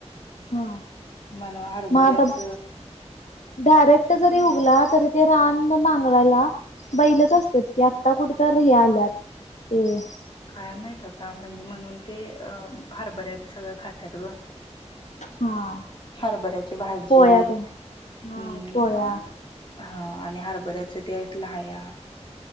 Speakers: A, on the left; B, on the left.
A: हा
B: म्हणून हरभऱ्याच
A: मग आता डायरेक्ट जरी उगला तरी ते रान नांगरायला बैलच असतात की आता कुठं तर हे आल्यात. ह.
B: काय माहित आता म्हणजे म्हणून ते अ हरभऱ्याचं सगळं खातात गं.
A: हा
B: हरभऱ्याची भाजी..
A: पोळ्या तेन. हा
B: हम्म
A: पोळ्या.
B: हा आणि हरभऱ्याचे त्यात लाह्या.